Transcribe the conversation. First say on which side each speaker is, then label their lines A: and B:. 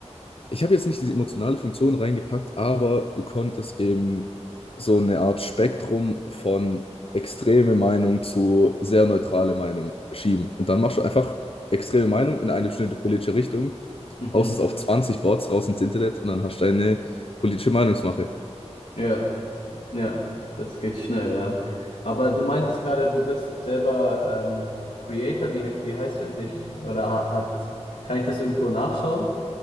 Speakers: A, on the left; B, on the left.
A: ich habe jetzt nicht diese emotionale Funktion reingepackt, aber du konntest eben so eine Art Spektrum von extreme Meinung zu sehr neutrale Meinung schieben. Und dann machst du einfach extreme Meinung in eine bestimmte politische Richtung,
B: mhm,
A: haust es auf 20 Boards raus ins Internet und dann hast du eine politische Meinungsmache.
B: ja, ja, das geht schnell, ja. Aber du meintest gerade, du bist selber ähm, Creator, wie, wie heißt du eigentlich? Oder ha- hat, kann ich das irgendwo nachschauen?